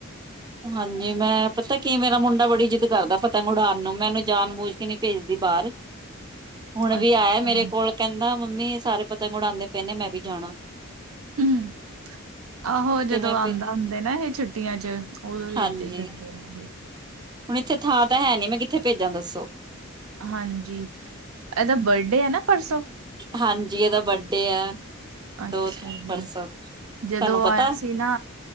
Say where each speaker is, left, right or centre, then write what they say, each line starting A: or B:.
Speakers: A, on the right; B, on the right.
A: ਹਾਂਜੀ ਮੈਂ ਪਤਾ ਕੀ ਮੇਰਾ ਮੁੰਡਾ ਬੜੀ ਜਿੱਦ ਕਰਦਾ ਪਤੰਗ ਉੜਾਨ ਨੂੰ ਮੈਂ ਉਨੂੰ ਜਾਨ ਬੂਝ ਕੇ ਨਹੀਂ ਭੇਜਦੀ ਬਾਹਰ। ਹੁਣ
B: ਅ
A: ਵੀ ਆਇਆ
B: ਹਾਂ।
A: ਮੇਰੇ ਕੋਲ ਕਹਿੰਦਾ ਮੰਮੀ ਸਾਰੇ ਪਤੰਗ ਉਡਾਂਦੇ ਪਏ ਨੇ ਮੈਂ ਵੀ ਜਾਣਾ।
B: ਹੂੰ ਆਹੋ ਜਦੋਂ
A: ਤੇ ਮੈਂ
B: ਆਂਦਾ
A: ਫੇਰ
B: ਹੁੰਦਾ ਨਾ ਇਹ ਛੁੱਟੀਆਂ ਚ ਉਦੋਂ ਵੀ
A: ਹਾਂਜੀ
B: ਏਦਾਂ ਕਰ। <unintelligible>
A: ਹੁਣ ਇੱਥੇ ਥਾਂ ਤਾਂ ਹੈਨੀ ਮੈਂ ਕਿੱਥੇ ਭੇਜਾਂ ਦੱਸੋ।
B: ਹਾਂਜੀ ਇਹਦਾ ਬਰਡੇ ਐ ਨਾ ਪਰਸੋਂ
A: ਹਾਂਜੀ ਇਹਦਾ ਬਰਡੇ ਆ
B: ਅੱਛਾ
A: ਦੋ
B: ਜੀ
A: ਪਰਸੋਂ ਤੁਹਾਨੂੰ
B: ਜਦੋਂ
A: ਪਤਾ
B: ਆਇਆ ਸੀ ਨਾ